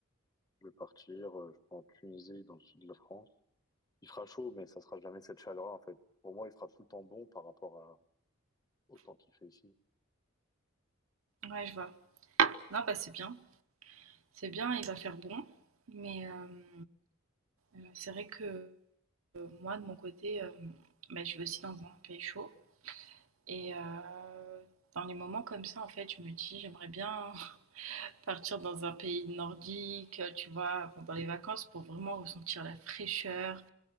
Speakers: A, on the left; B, on the right.
A: je vais partir, euh, je vais en Tunisie, dans le sud de la France. Il fera chaud, mais ça sera jamais cette chaleur en fait. Pour moi, il fera tout le temps bon par rapport à, au temps qu'il fait ici.
B: Ouais, je vois. Non, bah, c'est bien. C'est bien, il va faire bon, mais hem, heu, c'est vrai que, heu, moi, de mon côté, hem, bah, je vis aussi dans un pays chaud Et euh, dans les moments comme ça, en fait, je me dis, j'aimerais bien <laughs> partir dans un pays nordique, tu vois, pendant les vacances pour vraiment ressentir la fraîcheur